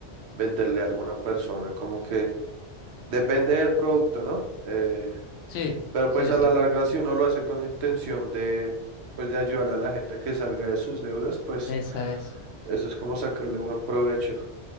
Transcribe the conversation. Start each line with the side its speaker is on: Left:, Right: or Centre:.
Right: venderle a alguna persona, como que depende del producto, ¿no? Eh,
Left: Sí,
Right: pero
Left: sí,
Right: pues
Left: exacto.
Right: a la larga si uno lo hace con la intención de, pues de ayudarle a la gente a que salga de sus deudas, pues
Left: Esa es.
Right: eso es como sacarle buen provecho.